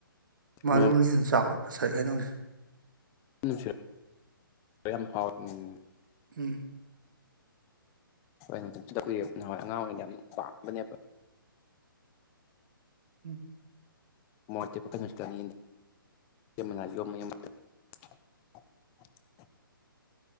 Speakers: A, on the right; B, on the left.
A: ꯃꯔꯨꯅ
B: ꯃꯅꯝ
A: ꯍꯦꯟ ꯆꯥꯎꯔꯦ ꯉꯁꯥꯏ ꯍꯥꯏꯅꯧꯅꯦ
B: <unintelligible> ꯌꯥꯝ ꯍꯥꯎꯋꯦ ꯎꯝ
A: ꯎꯝ
B: ꯍꯣꯏ ꯅꯨꯡꯊꯠ <unintelligible> ꯀꯨꯏꯔꯦ ꯅꯍꯥꯟꯋꯥꯏ ꯑꯉꯥꯡ ꯑꯣꯏꯉꯩꯗ ꯎꯝ ꯋꯥꯡꯕꯅꯤꯕ
A: ꯎꯝ
B: <unintelligible>